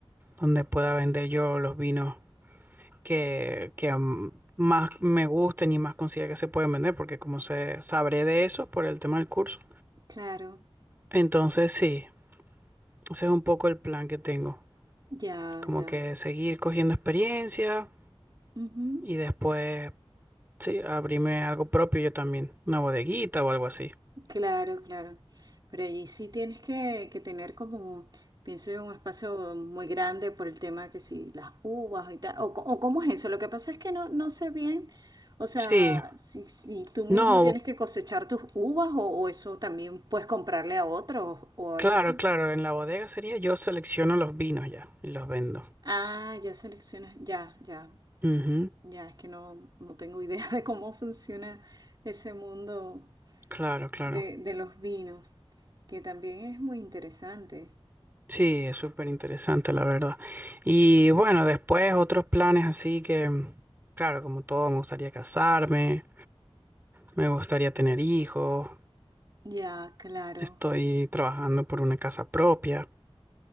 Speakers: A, on the right; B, on the right.
A: donde pueda vender yo los vinos que, que mm, más me gusten y más considero que se pueden vender, porque como sé, sabré de eso por el tema del curso.
B: Claro,
A: Entonces, sí, ese es un poco el plan que tengo.
B: ya,
A: Como
B: ya.
A: que seguir cogiendo experiencia
B: Ujú.
A: y después Sí, abrirme algo propio yo también, una bodeguita o algo así.
B: Claro, claro. Pero allí sí tienes que, que tener como, pienso yo, un espacio muy grande por el tema que si las uvas y tal, o, co- o cómo es eso. Lo que pasa es que no, no sé bien, o sea,
A: Sí,
B: si, si tú mismo
A: no,
B: tienes que cosechar tus uvas o, o eso también puedes comprarle a otros o algo
A: claro,
B: así.
A: claro, en la bodega sería yo selecciono los vinos ya y los vendo.
B: Ah, ya seleccionas, ya, ya,
A: Ujú,
B: ya, es que no, no tengo idea <laughs> de cómo funciona ese mundo
A: Claro, claro.
B: de, de los vinos, que también es muy interesante.
A: Sí, es súper interesante, la verdad. Y bueno, después otros planes así que, claro, como todo, me gustaría casarme, me gustaría tener hijos,
B: Ya, claro.
A: estoy trabajando por una casa propia.